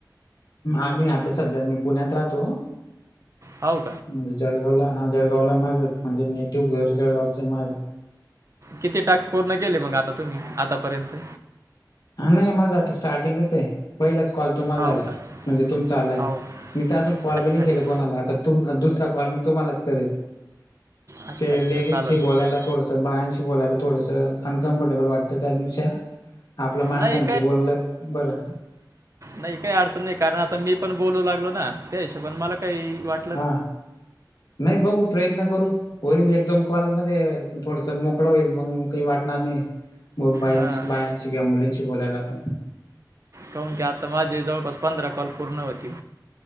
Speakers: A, on the left; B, on the right.
A: आम्ही आता सध्या मी पुण्यात राहतो.
B: हाव.
A: म्हणजे जळगावला हा जळगावला माझं म्हणजे नेटिव्ह घर जळगावचय माझं.
B: किती टाक्स पूर्ण केले मंग आता तुम्ही? आतापर्यंत.
A: आं नई माझं आता स्टार्टिंगच ए. पयलाच कॉल तुम्हाल
B: हो
A: झालाय
B: का
A: म्हणजे तुमचा आलाय
B: हो का
A: मी त अजून कॉल
B: अच्छा
A: बी नी
B: अच्छा
A: केले कोणाला आता- तुं दुसरा काॅल मी तुम्हालाच करेल.
B: अच्छा
A: ते
B: अच्छा
A: लेडीजशी
B: चालेल ना
A: बोलायला थोडसं बायांशी बोलायला थोडसं अनकम्फर्टेबल वाटतं. त्यापेक्षा आपला माणसांशी
B: नाही
A: बोललं बरं.
B: नाई काई अडचण नाई कारण आता मी पण बोलू लागलो ना त्या हिशोबान मला काही वाट
A: हा. नई बघू प्रयत्न करू. होईल एक दोन कॉल मध्ये थोडस मोकळं होईल मग काही वाटणार नई. मग बाईंशी
B: हां
A: बायांशी कि मुलींशी बोलायला पण.
B: काउण की आता माझे जवळपास पंधरा कॉल पूर्ण होतील.